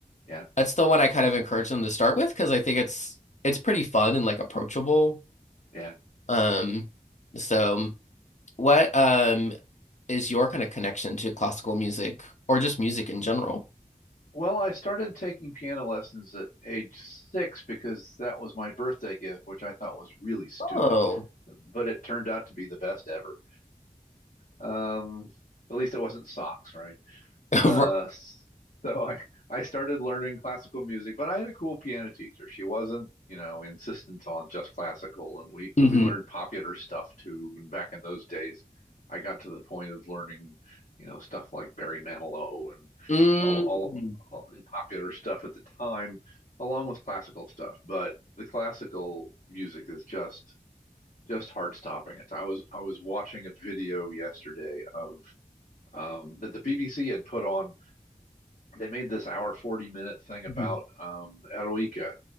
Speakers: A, on the left; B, on the left.
A: Yeah.
B: That's the one I kind of encourage them to start with because I think it's it's pretty fun and like approachable.
A: Yeah.
B: Um, so. What um is your kind of connection to classical music or just music in general?
A: Well, I started taking piano lessons at age six because that was my birthday gift, which I thought was really stupid,
B: Oh,
A: but it turned out to be the best ever. Um, at least it wasn't socks, right?
B: <laughs>
A: Uh,
B: right.
A: so <laughs> I, I started learning classical music, but I had a cool piano teacher. She wasn't, you know, insistent on just classical, and we
B: hmm
A: we learned popular stuff too. And back in those days, I got to the point of learning, you know, stuff like Barry Manilow and
B: mm
A: all, all, all the popular stuff at the time, along with classical stuff. But the classical music is just just heart stopping. It's I was I was watching a video yesterday of um, that the BBC had put on. They made this hour 40 minute thing about
B: Mhm.
A: um, Eroica,